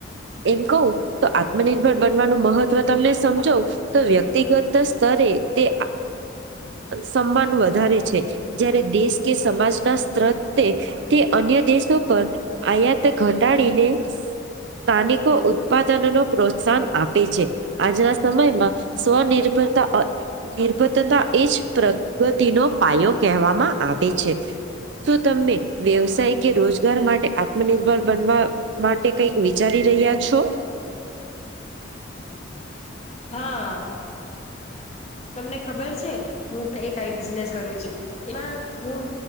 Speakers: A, on the right; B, on the left.
A: એમ કહું તો આત્મનિર્ભર બનવાનું મહત્વ તમને સમજો તો વ્યક્તિગત સ્તરે તે સમાન વધારે છે જય્યારે દેશ કે સમાજના સ્ત્રત તે અન્ય દેશો પર આયાત ઘટાડીને સ્થાનિકો ઉત્પાદન નો પ્રોત્સાહન આપે છે. આજના સમયમાં સ્વનિર્ભરતા નિર્ભતાતા એ જ પ્રગતિનો પાયો કહેવામાં આવે છે. શું તમને વ્યવસાય કે રોજગાર માટે આત્મનિર્ભર બનવા માટે કઈક વિચારી રહ્યા છો?
B: હા તમને ખબર છે હું પણ એક બિને કરું છું એમાં હું